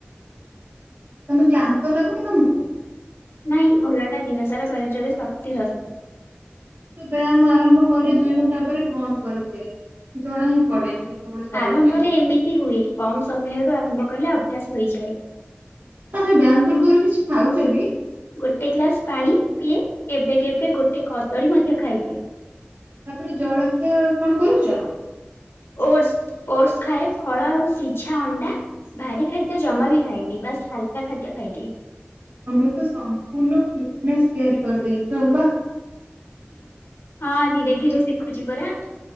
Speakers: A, on the right; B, on the left.
A: ତମେ କ୍ଲାନ୍ତ ଲାଗୁନି ତମକୁ।
B: ନାଇଁ ଓଲଟା ଦିନ ସାରା ଶରୀରରେ ଶକ୍ତି ରହେ।
A: ମୁଁ ତ ବ୍ୟାୟାମ ଆରମ୍ଭ କରି ଦୁଇ ଘଣ୍ଟା ପରେ ବନ୍ଦ କରିଦିଏ। ଜଣା ହିଁ ପଡେନି କେତେବେଳେ ସରିଯାଏ।
B: ଆରମ୍ଭରେ ଏମିତି ହୁଏ କମ ସମୟରୁ ଆରମ୍ଭ କଲେ ଅଭ୍ୟାସ ହୋଇଯଏ।
A: ତମେ ବ୍ୟମ ପୂର୍ବରୁ କିଛି ଖାଉଛ କି।
B: ଗୋଟେ ଗ୍ଲାସ ପାଣି ପିଏ କେବେ କେବେ ଗୋଟେ କଦଳୀ ମଧ୍ୟ ଖାଇଦିଏ।
A: ତାପରେ ଜଳାଖୟ କଣ କରୁଛ।
B: ଓଟସ ଓଟସ ଖାଏ ଫଳ ଆଉ ସିଝା ଅଣ୍ଡା। ଭାରି ଖାଦ୍ୟ ଜମା ବି ଖାଇନି ବସ୍ ହଲକା ଖାଦ୍ୟ ଖାଇଦିଏ।
A: ତମେ ତ ସମ୍ପୂର୍ଣ୍ଣ <inaudible> ତିଆରି କରିଦେଇଛ ବା।
B: ହଁ ଧୀରେ ଧୀରେ ଶିଖୁଛି ପରା।